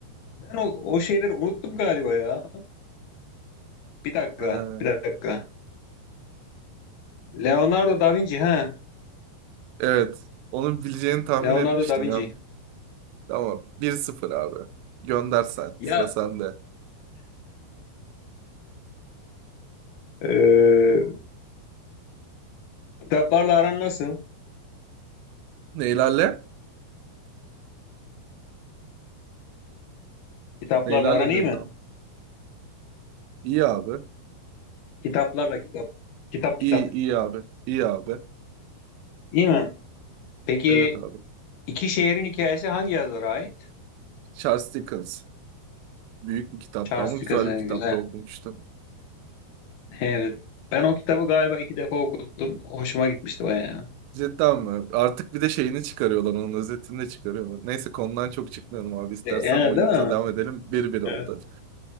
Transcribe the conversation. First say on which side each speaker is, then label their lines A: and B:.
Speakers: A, on the left; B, on the right.
A: Ben o, o şeyleri unuttum galiba ya. Bir dakika,
B: Ee,
A: bir dakika. Leonardo da Vinci ha.
B: evet. Onu bileceğini tahmin
A: Leonardo
B: etmiştim
A: da Vinci.
B: ya. Tamam. bir sıfır abi. Gönder sen.
A: Ya
B: Sıra sende.
A: e, e, kitaplarla aran nasıl?
B: Neylerle?
A: Kitaplarla
B: Neylerle
A: aran
B: dedim.
A: iyi mi?
B: İyi abi.
A: Kitaplarla kitap. Kitap
B: İyi
A: kitap.
B: iyi abi. İyi abi.
A: İyi mi? Peki
B: Evet abi.
A: iki şehrin hikayesi hangi yazara ait?
B: Charles Dickens. Büyük bir kitaptı
A: Charles
B: ama güzel
A: Dickens'e
B: bir kitapta
A: güzel.
B: okumuştum.
A: <laughs> Evet. Ben o kitabı galiba iki defa okudum. Hoşuma gitmişti bayağı.
B: Cidden mi? Artık bir de şeyini çıkarıyorlar, onun özetini de çıkarıyorlar. Neyse konudan çok çıkmayalım abi. İstersen
A: E, e,
B: oyunumuza
A: değil mi?
B: devam edelim. Bir bir oldu.
A: Evet.